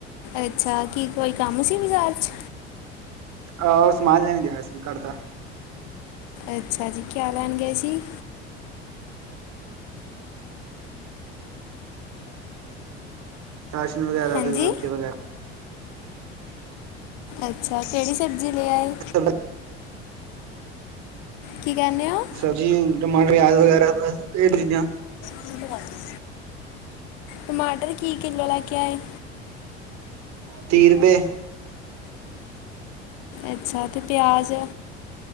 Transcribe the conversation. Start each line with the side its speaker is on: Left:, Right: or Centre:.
Left: ਅੱਛਾ ਕੀ ਕੋਈ ਕੰਮ ਸੀ ਬਾਜ਼ਾਰ ਚ।
Right: ਆਹ ਉਹ ਸਮਾਨ ਲੈਣ ਗਿਆ ਸੀ ਘਰ ਦਾ।
Left: ਅੱਛਾ ਜੀ, ਕਿਆ ਲੈਣ ਗਏ ਸੀ।
Right: ਰਾਸ਼ਨ ਵਗੈਰਾ
Left: ਹਾਂਜੀ
Right: ਤੇ ਸਬਜ਼ੀ ਵਗੈਰਾ।
Left: ਅੱਛਾ, ਕਿਹੜੀ ਸਬਜ਼ੀ ਲੇ ਆਏ?
Right: <inaudible>
Left: ਕੀ ਕਹਿੰਦੇ ਹੋ
Right: ਸਬਜ਼ੀ ਟਮਾਟਰ ਵਿਆਜ ਵਗੈਰਾ ਇਹ ਚੀਜ਼ਾਂ।
Left: <inaudible> ਟਮਾਟਰ ਕੀ ਕਿੱਲੋ ਲੈ ਕੇ ਆਏ।
Right: ਤੀਅ ਰਪਏ।
Left: ਅੱਛਾ ਤੇ ਪਿਆਜ਼?